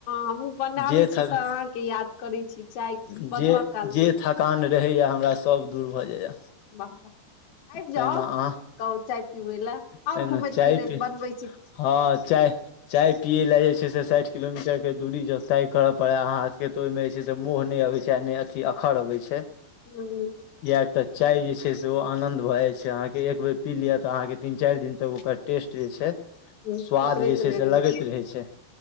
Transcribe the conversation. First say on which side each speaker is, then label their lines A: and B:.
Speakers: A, on the left; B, on the left.
A: हमूँ बनाबै
B: जे
A: छी
B: थक
A: तऽ अहाँके याद करै छी चाय
B: जे
A: बन ब काल
B: जे
A: मे
B: थकान रहैया हमरा सब दूर भऽ जाइया
A: बाह बाह आबि
B: तहिना
A: जाउ
B: अहाँ
A: गाव चाय पीबै ल
B: तहिना
A: आउ घुमैत
B: चाय
A: फिरैत
B: पी
A: बनबै छी
B: हँ चाय चाय पियै लए जे छै से साठि किलोमीटर के दूरी जो तई कर पड़ा हहाथ के तो ओ मे जे छै से मोह नहि अबे छै मे नइ अथि अखर अबै छै
A: ह
B: किया एकटा चाय जे छै से ओ आनन्द भऽ जाइ छै अहाँके एक बेर पी लिअ तऽ अहाँके तीन चारि दिन तक ओकर टेस्ट जे छै
A: ह
B: स्वाद
A: उतरैत
B: जे
A: नहि
B: छै से
A: रहैया
B: लगैत रहै छै